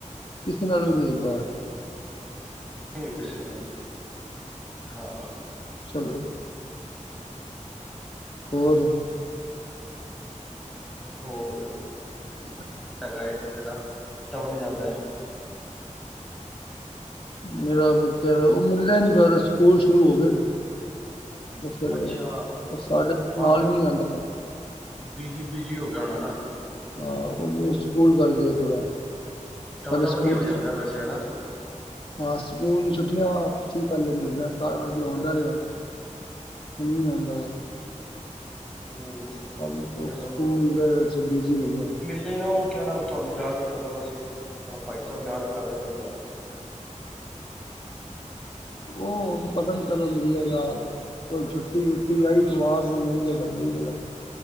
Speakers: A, on the left; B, in the centre.
A: ਕਿਸੇ ਨਾਲ ਵੀ ਨਹੀਂ ਬਾਹਰ
B: ਨਹੀਂ ਹੋਈ ਕਿਸੀ ਨਾਲ,, ਹਾਂ।
A: ਚਲੋ ਹੋਰ?
B: <unintelligible>
A: <inaudible>
B: ਹੈਗਾ ਇੱਕ ਜਿਹੜਾ, <unintelligible>
A: ਮੇਰਾ ਮਿੱਤਰ ਉਹ ਮਿਲਦਾ ਨੀ ਪਿਆ ਓਹਦੇ ਸਕੂਲ ਸ਼ੁਰੂ ਹੋ ਗਏ। ਉਹ ਫੇਰ
B: ਅੱਛਾ
A: ਉਹ ਸਾਡੇ
B: ਹਾਂ
A: ਨਾਲ ਵੀ ਨੀ ਜਾਂਦਾ।
B: ਬਿਜੀ ਬਿਜੀ ਹੋ ਗਿਆ ਹੋਣਾ ਨਾ।
A: ਹਾਂ ਓਹੀਓ ਸਕੂਲ ਚੱਲ ਗਏ ਥੋੜਾ,
B: ਤਬਲਾ
A: ਪਹਿਲ
B: ਵਧੀਆ
A: ਸਕੂਲ
B: ਹੋ ਜਾਂਦਾ
A: ਛੁ
B: ਵੈਸੇ ਹਨਾ।
A: ਹਾਂ, ਸਕੂਲ ਦੀ ਛੁੱਟੀਆਂ ਸੀ ਪਹਿਲੇ, ਮਹੀਨਾ ਤਾਂ ਕਰਕੇ ਆਉਂਦਾ ਰਿਹਾ। ਹੁਣ ਨੀ ਆਂਦਾ ਓ।
B: <unintelligible>
A: <unintelligible>
B: ਚਲੋ
A: ਸਕੂਲ ਦੇ ਵਿੱਚ ਬਿਜੀ ਹੋ ਗਿਆ।
B: ਨੀ ਉਹ ਕਹਿਣਾ ਤੁਹਾਨੂੰ ਯਾਦ ਕਰਦਾ ਪਿਆ ਸੀਂ, ਆਪਣਾ ਭਾਈ ਸਾਹਿਬ ਯਾਦ ਕਰ ਰਹੇ ਸੀ ਮੈਂ ਤੁਹਾਨੂੰ।
A: ਉਹ ਪਤ ਨੀ ਕਦੋਂ ਮਿਲੇਗਾ। ਕੋਈ ਛੁੱਟੀ ਵੁੱਟੀ ਆਈ ਤਿਓਹਾਰ ਨੂੰ ਮਿਲ ਜੇ ਜੇਗਾ ਮਿਲ ਜੇਗਾ।